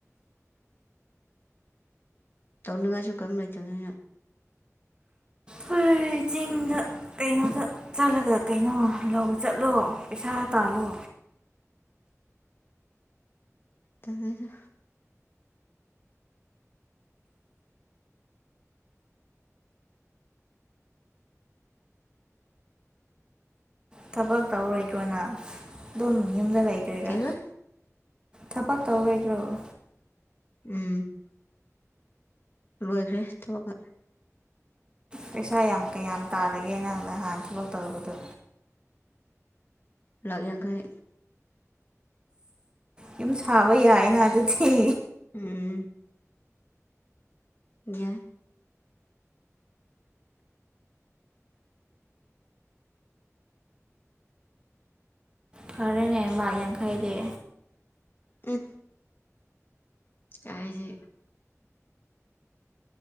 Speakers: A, on the left; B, on the right.
A: ꯇꯧꯅꯉꯁꯨ ꯀꯝ ꯂꯩꯇꯗ <inaudible>
B: ꯍꯣꯏ ꯆꯤꯡꯗ ꯀꯩꯅꯣꯗ ꯆꯠꯂꯒ ꯀꯩꯅꯣ ꯂꯧ ꯆꯠꯂꯣ ꯄꯩꯁꯥ ꯇꯥꯜꯂꯣ
A: <inaudible> ꯇꯔ
B: ꯊꯕꯛ ꯇꯧꯔꯣꯏꯗ꯭ꯔꯣꯅ ꯑꯗꯨꯝ ꯌꯨꯝꯗ ꯂꯩꯗꯣꯏꯔꯥ
A: ꯀꯩꯕ
B: ꯊꯄꯛ ꯇꯧꯔꯣꯏꯗ꯭ꯔꯣꯕ
A: ꯎꯝ ꯂꯣꯏꯈ꯭ꯔꯦ ꯊꯕ ꯀ
B: ꯄꯩꯁꯥ ꯌꯥꯝ ꯀꯌꯥꯝ ꯇꯥꯔꯒꯦꯅ ꯍꯥꯟ ꯊꯐꯥꯎ ꯇꯔꯨꯕꯗꯣ
A: ꯂꯥꯛ ꯌꯥꯡꯈꯩ
B: ꯌꯨꯝ ꯁꯥꯕ ꯌꯥꯏꯅ ꯑꯗꯨꯗꯤ
A: ꯎꯝ ꯌꯥ
B: ꯐꯔꯦꯅꯦ ꯂꯥꯛ ꯌꯥꯡꯈꯩꯗꯤ
A: ꯎꯝ ꯀꯁꯦ